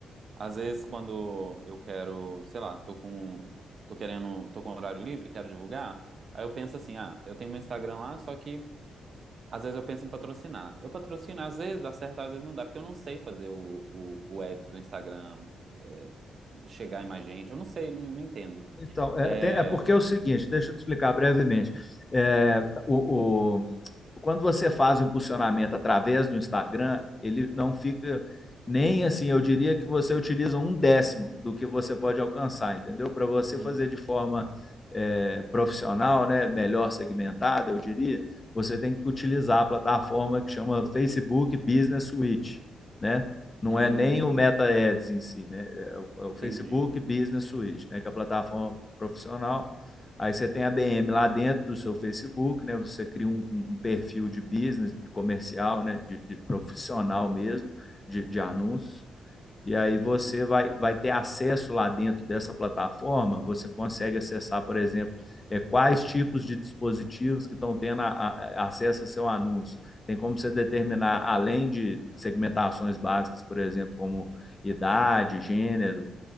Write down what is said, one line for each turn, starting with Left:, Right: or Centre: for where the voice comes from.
Right: às vezes, quando eu quero, sei lá, tô com. Tô querendo. Tô com horário livre, quero divulgar. Aí eu penso assim, ah, eu tenho meu Instagram lá, só que Às vezes eu penso em patrocinar. Eu patrocino, às vezes dá certo, às vezes não dá, porque eu não sei fazer o, o, o ads do Instagram, é, chegar em mais gente. Eu não sei, não, não entendo.
Left: Então, é,
Right: É,
Left: tem- é porque é o seguinte, deixa eu te explicar brevemente. É, o- quando você faz o impulsionamento através do Instagram, ele não fica nem assim, eu diria que você utiliza um décimo do que você pode alcançar, entendeu? Para você
Right: uhum,
Left: fazer de forma é, profissional, né, melhor segmentada, eu diria, você tem que utilizar a plataforma que chama Facebook Business Suite, né? Não
Right: hum,
Left: é nem o Meta Ads em si, né? É o
Right: entendi.
Left: Facebook Business Suite, né? Que é a plataforma profissional Aí você tem a BM lá dentro do seu Facebook, né? Você cria um, um um perfil de business, de comercial, né? De, de profissional mesmo, de, de, anúncios.
Right: Uhum,
Left: E aí você vai, vai ter acesso lá dentro dessa plataforma. Você consegue acessar, por exemplo, é, quais tipos de dispositivos que estão tendo a, a, acesso a seu anúncio. Tem como você determinar, além de segmentações básicas, por exemplo, como idade, gênero,